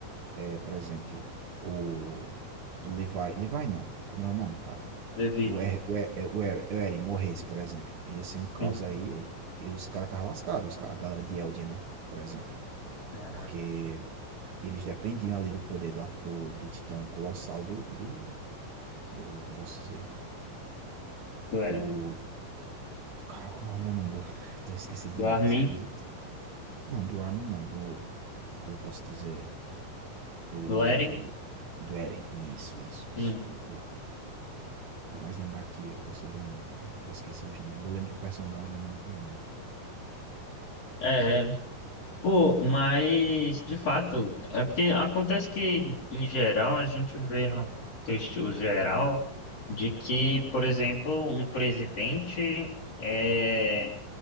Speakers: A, on the right (about 60°); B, on the left (about 45°).
A: é, por exemplo, o, o Levi, Levi não, como é o nome, cara?
B: Levi,
A: O, er, o, er, é, o Er- o Eren morresse, por exemplo, ia ser um caos
B: Sim.
A: aí, e os caras estavam lascados, os ca- a galera de Eldia, né, por exemplo.
B: Ah,
A: Porque eles dependiam ali do poder do, a- do, do Titã Colossal do, do, do, como posso dizer,
B: do Eren.
A: do, Cara, como é o nome do. <laughs> Tô esquecido
B: Do
A: demais,
B: Armin,
A: mas é isso assim. Não, do Armin não, do. Como eu posso dizer? Do.
B: do Eren,
A: Do Eren. Isso, isso,
B: Sim.
A: isso. Boa. Tá mais lembrar que eu, que eu sou danado demais pra esquecer os nomes. Eu lembro do personagem, mas não lembro o nome.
B: É, é. pô, mas de fato, é porque acontece que, em geral, a gente vê no texto geral de que, por exemplo, um presidente é,